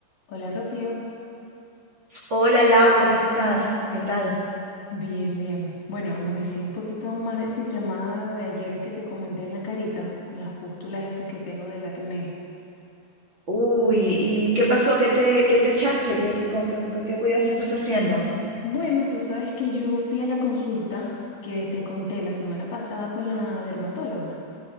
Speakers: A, on the left (about 65°); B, on the right (about 35°).
A: Hola Rocío,
B: Hola Lau, ¿cómo estás? ¿Qué tal?
A: bien, bien. Bueno, amanecí un poquito más desinflamada de ayer que te comenté en la carita, con las pústulas estas que tengo del acné.
B: Uy, ¿y qué pasó? ¿Qué te, qué te echaste? ¿Qué, qué, con- con- con qué cuidados estás haciendo?
A: Bueno, tú sabes que yo fui a la consulta que te conté la semana pasada con la dermatóloga